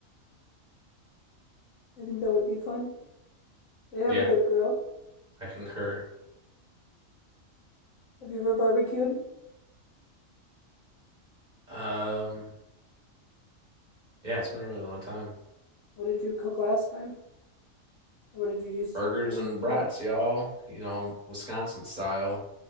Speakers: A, on the left; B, on the right.
A: I think that would be fun. They have
B: Yeah,
A: a good grill.
B: I concur.
A: Have you ever barbecued?
B: Um, yeah, it's been a really long time.
A: What did you cook last time? Or what did you use
B: Burgers
A: to barbecue
B: and brats,
A: up?
B: y'all. You know, Wisconsin style.